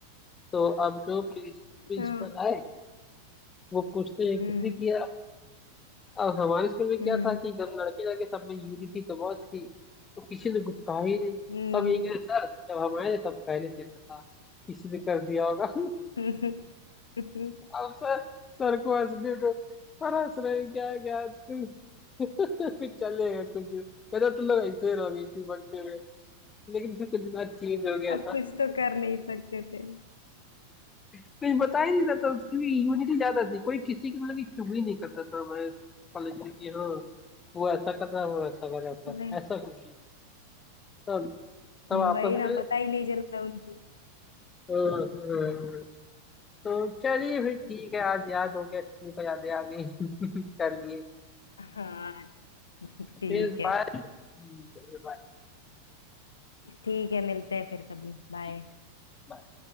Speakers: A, on the left (about 20°); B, on the left (about 70°).
A: तो अब जो प्रिंसिपल
B: हाँ,
A: आए वो पूछते हैं किसने
B: हम्म
A: किया अब हमारे स्कूल में
B: हम्म
A: क्या था कि जब लड़के लड़के सब में यूनिटी तो बहुत थी तो किसी ने कुछ कहा ही नहीं
B: हम्म
A: सब यही कह सर जब हम आए तब पहले से ऐसा था किसी ने कर दिया होगा <laughs>
B: हम्म। हम्म।
A: अब सर सर को हंसने दो सर हंस रहे हैं, क्या क्या तुम <laughs> फिर चलेगा कुछ दिन पहले तो लोग ऐसे ही रह गई थी बनते हुए लेकिन फिर कुछ दिन बाद चेंज हो गया
B: अब कुछ तो कर नहीं सकते थे
A: कुछ बता ही नहीं रहा था क्योंकि यूनिटी ज्यादा थी कोई किसी की मतलब की चुगली नहीं करता था हमारे कॉलेज में कि हाँ वो ऐसा कर रहा है वो ऐसा कर रहा
B: वही
A: था ऐसा कुछ नहीं सब सब आपस
B: वही ना
A: में
B: पता ही नहीं चला उनको
A: हाँ, हाँ। तो चलिए फिर ठीक है आज याद हो गया स्कूल का यादें आ गई <laughs> कर लिए
B: हाँ
A: फिर
B: ठीक है
A: बाय हम्म, चलिए, बाय
B: ठीक है मिलते हैं फिर कभी बाय
A: ठीक बाय